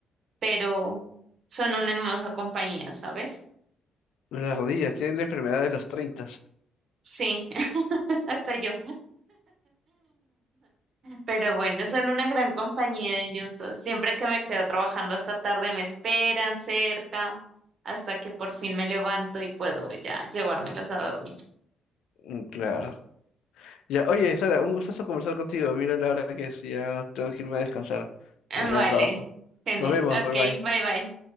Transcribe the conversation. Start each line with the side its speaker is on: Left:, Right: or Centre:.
Right: pero son una hermosa compañía, ¿sabes?
Left: Las rodillas tienen la enfermedad de los 30.
Right: Sí, <laughs> hasta yo. Pero bueno, son una gran compañía ellos dos. Siempre que me quedo trabajando hasta tarde me esperan cerca hasta que por fin me levanto y puedo ya llevármelos a dormir.
Left: Mm, Claro. Ya, oye, Sara, un gustazo conversar contigo. Mira la hora que es, ya tengo que irme a descansar.
Right: Vale,
Left: Mañana trabajo.
Right: genial.
Left: Nos vemos,
Right: Ok,
Left: bye bye.
Right: bye bye.